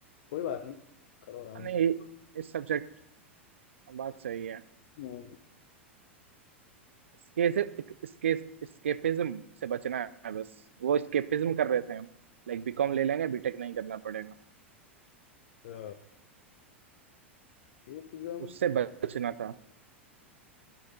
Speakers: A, on the left (about 55°); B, on the right (about 70°).
A: कोई बात नहीं करो आराम
B: हाँ, नहीं
A: से
B: इस सब्जेक्ट बात सही है
A: हम्म।
B: इसके इसके स्केपिज्म से बचना है बस वो स्केपिज्म कर रहे थे हम लाइक बीकॉम ले लेंगे बीटेक नहीं करना पड़ेगा
A: अच्छा, ये फिज्म
B: उससे बचना था